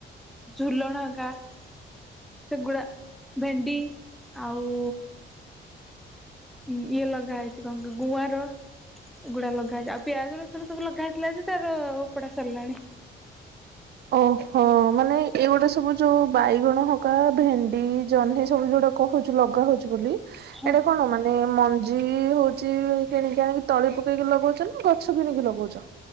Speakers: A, in the centre; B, on the right.
A: ଝୁଲଣଗକା ସେଗୁରା ଭେଣ୍ଡି ଆଉ ଉ ଇଏ ଲଗା ହେଇଛି କଣ କି ଙ୍ଗୁଆଁର। ଗୁଡା ଲଗା ହେଇଛି। ଆଉ ପିଆଜ ରସୁଣ ସବୁ ଲଗା ହେଇଥିଲା ଯେ ସାର୍। ପଢା ସରଲାଣି।
B: ଓହୋ ମାନେ ଏଇ ଗୋଟେ ସବୁ ଯୋଉ ବାଇଗଣ ହକା ଭେଣ୍ଡି ଜହ୍ନି ସବୁ ଯୋଉଟା କଉଛୁ ଲଗା ହଉଛି ବୋଲି ଏଇଟା
A: ହଁ
B: କଣ ମାନେ ମଞ୍ଜ ଯ ହଉଛି କିଣିକି ଆଣିକି ତଳି ପକେଇକି ଲଗଉଛ ନା ଗଛ କିଣିକି ଲଗଉଛ।